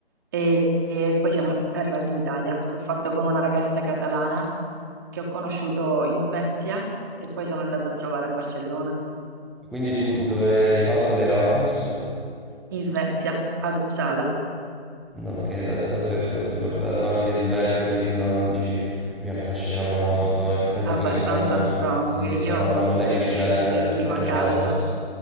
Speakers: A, on the right; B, in the centre.
A: e, e poi siamo arrivati in Italia. L'ho fatto con una ragazza catalana che ho conosciuto in Svezia e poi sono andata a trovare a Barcellona,
B: quindi tu dove l'hai fatto l'Erasmus?
A: in Svezia, ad Uppsala.
B: No, che è da- davvero davvero bello, anche Svezia e paesi nordici mi affascinano molto
A: Mm.
B: e penso
A: Abbastanza
B: che saranno,
A: strong.
B: sì,
A: Io
B: saranno
A: forse
B: le mie
A: preferisco
B: scelte
A: il clima
B: per l'Erasmus.
A: caldo.